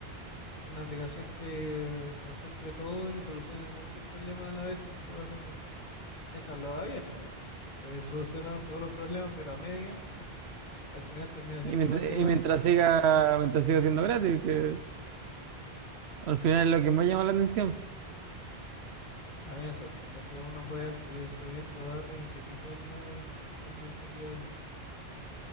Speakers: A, on the left; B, on the right.
A: Una aplicación que concentre todo y que solucione muchos problemas a la vez siempre va a ser mejor. Mientras lo haga bien, obviamente. Porque si soluciona todos los problemas, pero a media, <laughs> al final termina siendo
B: Y mientras,
A: igual de
B: y
A: malo.
B: mientras siga, mientras siga siendo gratis, que al final es lo que más llama la atención.
A: A mí me sorprende que uno pueda seguir subiendo datos infinitos en los, en los servidores.